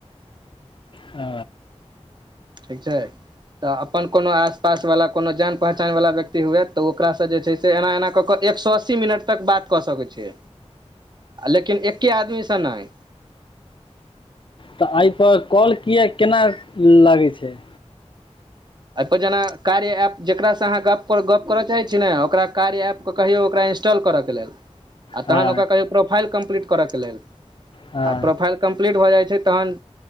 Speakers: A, on the left; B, on the right.
A: अ
B: ठीक छै तऽ अपन कोनो आस पास वाला कोनो जान पहचान वाला व्यक्ति हुए तऽ ओकरा सँ जे छै ते एना एना कऽ कऽ एक सए अस्सी मिनट तक बात कऽ सकैत छै लेकिन एक्के आदमी स नहि
A: तऽ एहि पर कॉल किए केना लागे छै
B: एहि पर जेना कार्य एऐप जेकास से अहाँ ग गप करय चाह छीयने ओकरा कार्य एऐप कहियौ ओकरा इंस्टॉल करऽके लेल आ
A: हँ
B: तहन ओकरा कहियौ प्रोफाइल कंम्प्लीट करऽ के लेल
A: हँ
B: आ प्रोफाइल कम्प्लीट भऽ जाइ छै तहन